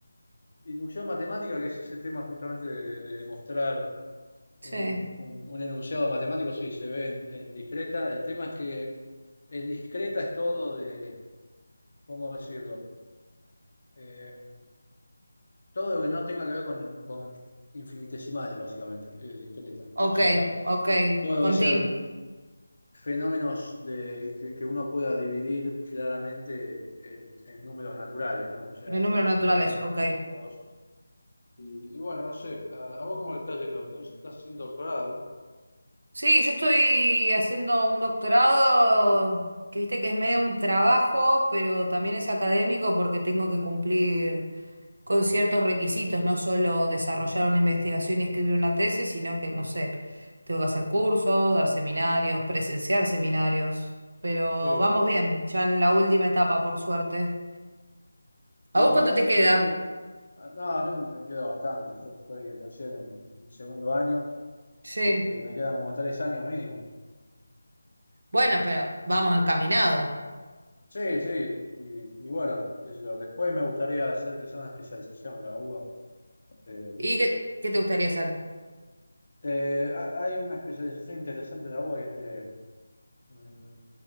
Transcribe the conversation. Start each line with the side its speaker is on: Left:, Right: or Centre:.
Left: inducción matemática, que es ese tema justamente de, de demostrar
Right: Sí.
Left: un, un- un enunciado matemático, sí, se ve en, en discreta. El tema es que en discreta es todo de, ¿cómo decirlo? Eh, todo lo que no tenga que ver con, con infinitesimales, básicamente, es discreta.
Right: Ok,
Left: O sea,
Right: ok.
Left: todo lo
Right: Contin,
Left: que sean fenómenos de, que, que uno pueda dividir claramente en, en números naturales, ¿no? O sea,
Right: de números
Left: tengo
Right: naturales,
Left: tres
Right: ok.
Left: o dos. Y, y bueno, no sé, ¿a, a vos cómo le estás yendo? Tenés- Estás haciendo doctorado, ¿no?
Right: Sí, yo estoy haciendo un doctorado que viste que es medio un trabajo, pero también es académico porque tengo que cumplir. con ciertos requisitos, no solo desarrollar una investigación y escribir una tesis, sino que, no sé, tengo que hacer cursos, dar seminarios, presenciar seminarios, pero
Left: Sí.
Right: vamos bien, ya en la última etapa, por suerte. ¿A
Left: Y
Right: vos cuánto
Left: básicamente,
Right: te queda?
Left: a- no, a mí me queda bastante. Yo estoy recién en, en segundo año,
Right: Sí.
Left: así que me quedan como tres años mínimo.
Right: Bueno, pero vamos encaminado.
Left: Sí, sí, y, y bueno, qué sé yo, después me gustaría hacer quizá una especialización en la UBA. Eh,
Right: ¿Y qué, qué te gustaría hacer?
Left: eh, ha- hay una especialización interesante en la UBA que es de Mm.